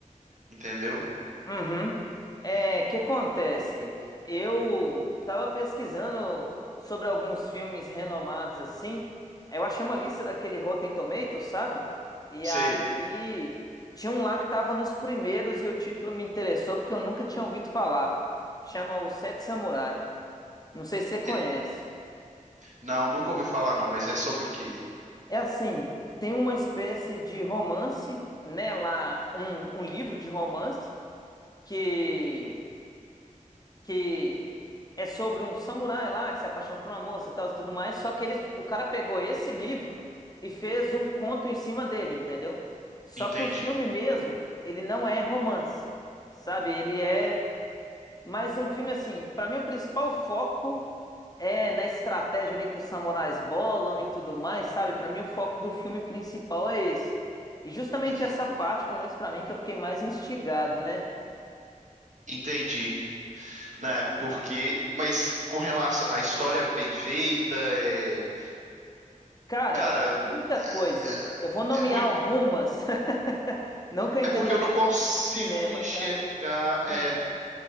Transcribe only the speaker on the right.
entendeu?
Sei.
E- Não, nunca ouvi falar não, mas é sobre o que?
Entendi.
Uhum.
Entendi. né? Porque, mas com relação à história bem feita, é,
cara,
é,
é- é muito,
é
porque eu não
consigo
enxergar,
é,